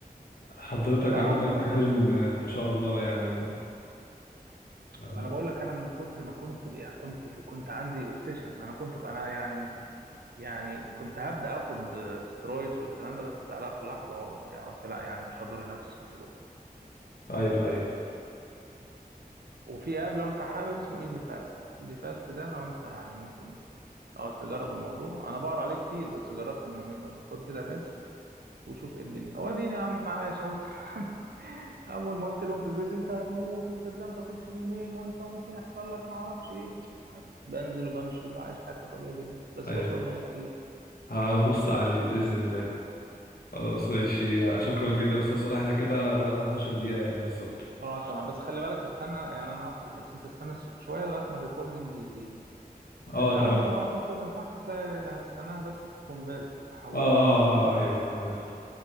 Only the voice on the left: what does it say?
حضرتك
عندك
حلم آه، ما شاء الله يعني آه،
ايوه ايوه
ايوه
هبص عليه باذن الله خلاص ماشي شكرا جدا يا استاذ صلاح احنا كده بقالنا 11 دقيقة يعني بالظبط
اه
تمام
اه اه
اه ايوه عارف